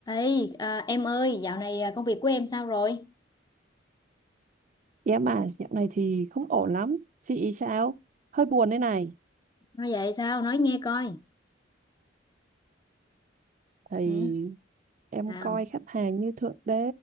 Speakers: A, on the left (about 20°); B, on the right (about 40°).
A: Ê, à, em ơi, dạo này à, công việc của em sao rồi?
B: Dạ mà dạo này thì không ổn lắm. Chị sao? Hơi buồn đây này.
A: Nói vậy sao? Nói nghe coi.
B: Thì
A: Ừ,
B: em
A: sao?
B: coi khách hàng như thượng đế.